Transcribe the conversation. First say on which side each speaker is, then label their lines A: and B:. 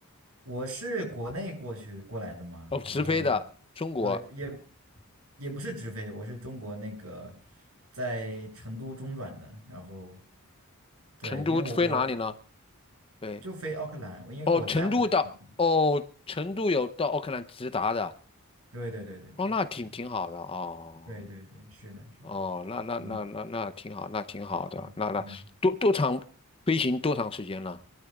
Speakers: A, on the right; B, on the left.
A: 我是国内过去过来的嘛，
B: 哦，直飞的中国
A: 然后对也也不是直飞，我是中国那个在成都中转的，然后对，
B: 成都飞哪里呢？
A: 因为我我我
B: 对，
A: 就飞奥克兰，我因为我家不在成都。
B: 哦，成都到哦，成都有到奥克兰直达的
A: 对对对对对对
B: 哦，那挺挺好的哦。
A: 对对对，是的是的，
B: 哦，那那那那那挺好，
A: 嗯
B: 那挺好的，
A: 嗯嗯，
B: 那那多多长飞行多长时间呢？